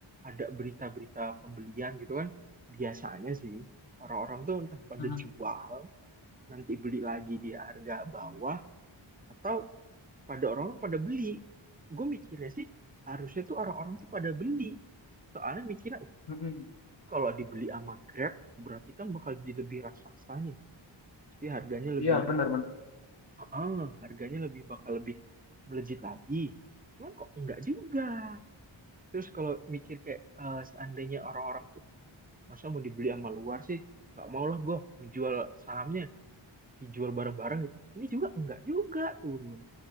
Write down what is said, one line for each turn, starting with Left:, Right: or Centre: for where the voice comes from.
Right: ada berita-berita pembelian gitu kan, biasanya sih orang-orang tuh entah pada
Left: Mm-mm.
Right: jual, nanti beli lagi di harga bawah, atau pada orang-orang pada beli gue mikirnya sih harusnya tuh orang-orang tuh pada beli soalnya mikirnya oh,
Left: Mm-mm.
Right: kalau dibeli sama Grab berarti kan bakal jadi lebih raksasa nih pasti harganya lebih
Left: Iya, benar-benar.
Right: Heeh, harganya lebih bakal lebih melejit lagi cuman kok enggak juga terus kalau mikir kayak eh, seandainya orang-orang uh, masa mau dibeli sama luar sih nggak mau lah gue dijual sahamnya dijual bareng-bareng gitu ini juga enggak juga turun